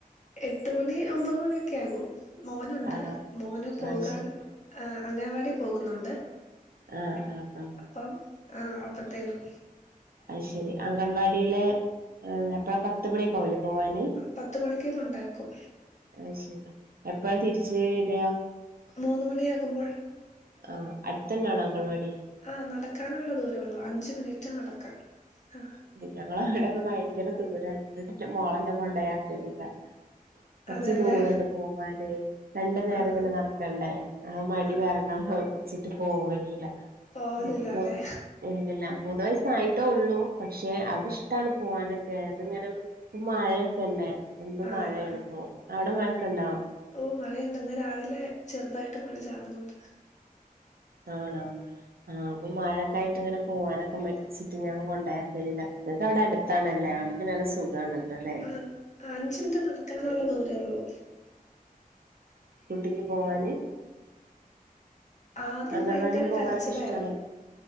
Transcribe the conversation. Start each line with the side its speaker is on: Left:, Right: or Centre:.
Left: എട്ട് മണി ഒമ്പത് മണിയൊക്കെ ആകും മോനുണ്ട്
Right: ആണോ
Left: മോന് പോകാൻ
Right: ആഹ് ശരി
Left: അംഗനവാടി പോകുന്നുണ്ട്
Right: ആഹ ആഹ ആഹ
Left: അപ്പം ആഹ് അപ്പത്തേനും
Right: അയ്ശെരി അംഗൻവാടില് എപ്പഴാ പത്തുമണിയൊക്കാവില്ലേ പോവാന്?
Left: പത്തു മണിക്ക്‌ കൊണ്ടാക്കും
Right: അഹ് ശരി എപ്പഴാ തിരിച്ച് വരിക?
Left: മൂന്ന് മണിയാകുമ്പോൾ.
Right: ആഹ, അടുത്തന്നാണൊ അംഗൻവാടി?
Left: ആ, നടക്കാനുള്ള ദൂരേള്ളൂ. അഞ്ച് മിനിറ്റ് നടക്കാൻ. ആ.
Right: ഞങ്ങളവിടക്ക ഭയങ്കര ദൂരാണ്, മോള ഞൻ കൊണ്ടോയാക്കലില്ല. കുറച്ച്
Left: അതെല്ലേ
Right: ദൂരണ്ട് പോകാന്. രണ്ടു നേരം
Left: ആഹ്
Right: ഇങ്ങനെ നടക്കണ്ടേ, ആ മടി
Left: ആഹ്
Right: കാരണം... ച്ചിട്ട് പോവലില്ല,
Left: പോവലില്ല
Right: ഉം, മൂന്ന്
Left: അല്ലെ
Right: എന്തെല്ലാം? മൂന്ന് വയസായിട്ടേ ഉള്ളൂ, പക്ഷെ അവക്കിഷ്ട്ടാണ് പോവാനൊക്കെ, ഇതിങ്ങനെ... ഇപ്പ മഴയൊക്കെല്ലെ, എന്ത്
Left: ആഹ്
Right: മഴയണി
Left: ആഹ്
Right: പ്പൊ? അവിടെ മഴൊക്കെ ഉണ്ടോ?
Left: ഓ മഴയുണ്ട്ന്ന്, രാവിലെ ചെറുതായിട്ട് മഴ ചാർന്നുണ്ട്.
Right: ആണോ? ആ അപ്പൊ മഴക്കായിട്ട് ഇങ്ങനെ.. പോവാനൊക്കെ മടിച്ചിട്ട് ഞാൻ കൊണ്ടോയ് യാക്കലില്ല. നിങ്ങൾക്ക് അവിടെ അടുത്താണല്ലേ? അടുത്ത് നല്ല സുഖം അതാല്ലോ ല്ലെ
Left: ആഹ് അഞ്ച് മിനിറ്റ് നടക്കാനുള്ള ദൂരേ ഉള്ളൂ
Right: കുട്ടിക്ക് പോകാന്
Left: ആദ്യം
Right: അംഗൻവാടിൽ
Left: ഭയങ്കര
Right: പോവാനൊക്കെ
Left: കരച്ചിലായിരുന്നു
Right: ഇഷ്ടാണ്